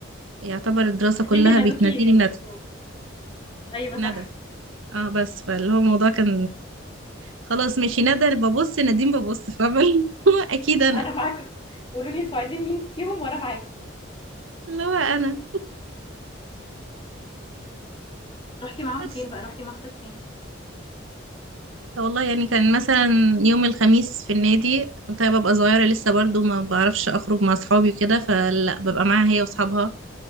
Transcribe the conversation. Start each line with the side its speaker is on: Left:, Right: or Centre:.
Right: يعتبر الدراسه
Left: هتلاقيهم
Right: كلها
Left: بينادوكِ
Right: بتناديني بندى
Left: برضه أيوه
Right: ندى
Left: صح،
Right: اه بس فاللي هو الموضوع كان خلاص ماشي ندى ببص نادين ببص فاهمه اللي هو اكيد انا
Left: أنا معاكم، قولوا لي أنتم عايزين مين فيهم وأنا معاكم.
Right: اللي هو انا
Left: رُحتِ معاهم
Right: بس
Left: فين بقى، رُحتِ مع أختك فين؟
Right: والله يعني كان مثلا يوم الخميس في النادي كنت أنا ببقى صغيره لسه برضو ما بعرفش اخرج مع اصحابي وكده فلا ببقى معاها هي واصحابها